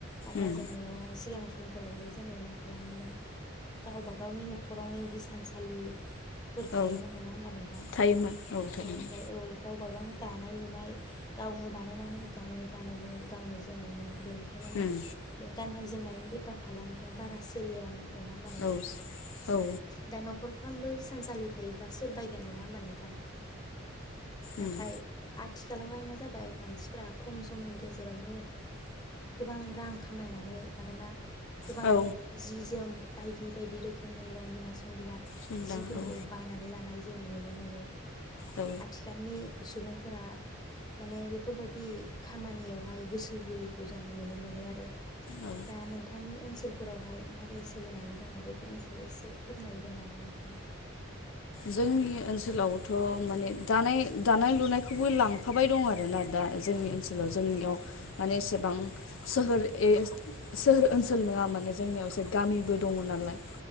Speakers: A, on the left (about 20°); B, on the left (about 70°).
A: गाननाय
B: उम
A: -जोमनायावहाय सिगां समफोरावहाय जोङो मा खालामोमोन गावबा -गावनि न'खरावनो हिसानसालि थायोमोन
B: औ
A: नङा होमबा नोंथां
B: थायोमोन औ थायोमोन
A: बेनिफ्राय औ गावब गावनो दानाय- लुनाय गावनो बानायनानै गावनो गानोमोन गावनो जोमोमोन बेनिखायनो मा
B: उम
A: बे गाननाय बेफार फालांगिया बारा सोलियामोन नङा होमबा नोंथां
B: औ औ
A: दा न'खर साफ्रोमबो हिसानसालि थायोब्ला सोर बायगोन नङा होमबा नोंथां नाथाय
B: उम
A: आ- आथिखालावहाय मा जाबाय मानसिफ्रा खम समनि गेजेरावनो गोबां रां खामायनानै आरो मा गोबां
B: औ
A: जि जोम बायदि बायदि रोखोमनि रंगिना संगिना
B: जों दा
A: जिफोरखौ
B: औ
A: बायनानै लानाय जों नुनो मोनो
B: औ
A: आथिखालनि सुबुंफोरा माने बेफोरबायदि खामानियावहाय गोसो होयिखौ जों नुनो मोनो आरो
B: औ
A: दा नोंथांनि ओनसोलफोरावहाय माबोरै सोलिनानै दङ बेफोरनि सायाव एसे फोरमायगोन नामा नोंथाङा
B: जोंनि ओनसोलावथ' माने दानाय दानाय लुनायखौबो लांफाबाय दं आरोना दा जोंनि ओनसोलाव जोंनियाव माने एसेबां सोहोर सोहोर ओनसोल
A: औ
B: नङा माने जोंनियाव गामिबो दङ नालाय।